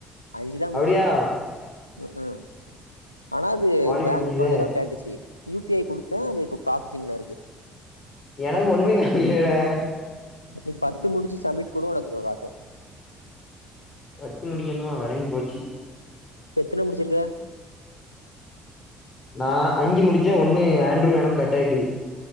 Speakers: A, on the left; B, on the left.
A: அஞ்சுதா முடிச்சே
B: அப்டியா
A: ம் ம் ஆனா அது
B: வாலி
A: பேங்க்
B: முடிஞ்சுதே
A: அக்கௌண்ட்டுதா காட்டுச்சு யூ பி ஐ குடுத்தே அது இப்ப ப்ராசசிங்ல இருக்கு
B: எனக்கு ஒன்னுமே காமிக்கலடா
A: நீ பத்து முடிச்சு சம்மிட் குடு உனக்கு அங்க காட்டு
B: பத்து முடிகணுமா வெளங்கி போச்சு
A: இப்ப எத்தன முடிச்சுருக்க
B: நா அஞ்சி முடிச்சே ஒன்னு ஆண்ரி நானு கட் ஆய்ட்டு